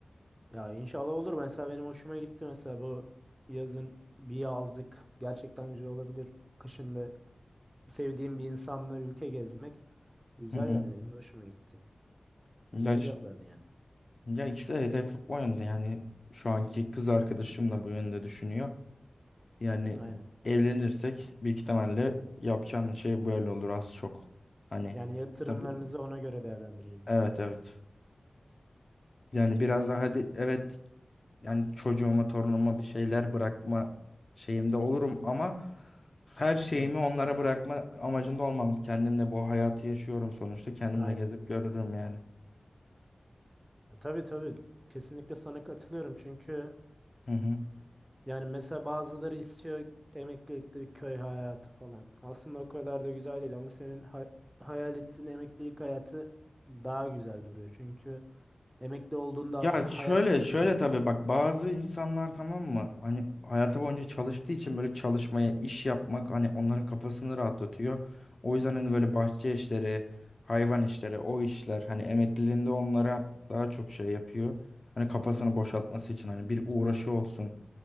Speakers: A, on the right; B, on the left.
A: Ya inşallah olur. Mesela benim hoşuma gitti mesela bu yazın bir yazlık gerçekten güzel olabilir. Kışın da sevdiğim bir insanla ülke gezmek güzel
B: Hı hı.
A: yani benim de hoşuma gitti.
B: Ya,
A: Güzel bir
B: ş-
A: cevap verdin yani.
B: ya işte hedef o yönde. Yani şu anki kız arkadaşım da bu yönde düşünüyor. Yani
A: Aynen.
B: evlenirsek büyük ihtimalle yapacağım şey böyle olur az çok. Hani
A: Yani yatırımlarınızı
B: tabii.
A: ona göre değerlendireceğiniz.
B: Evet evet. Yani biraz daha hadi evet yani çocuğuma torunuma bir şeyler bırakma şeyimde olurum ama her şeyimi
A: Evet.
B: onlara bırakma amacında olmam. Kendimle bu hayatı yaşıyorum sonuçta. Kendimle
A: Aynen.
B: gezip görürüm yani.
A: Ya tabii tabii kesinlikle sana katılıyorum çünkü
B: Hı hı.
A: yani mesela bazıları istiyor emeklilikte bir köy hayatı falan. Aslında o kadar da güzel değil ama senin ha- hayal ettiğin emeklilik hayatı daha güzel duruyor. Çünkü emekli olduğunda
B: Ya
A: aslında
B: şöyle
A: hayat bitmiyor.
B: şöyle tabii bak bazı insanlar tamam mı hani hayatı boyunca çalıştığı için böyle çalışmaya iş yapmak hani onların kafasını rahatlatıyor. O yüzden hani böyle bahçe
A: Evet.
B: işleri, hayvan işleri, o işler hani emekliliğinde onlara daha çok şey yapıyor. Hani kafasını boşaltması için hani bir uğraşı olsun,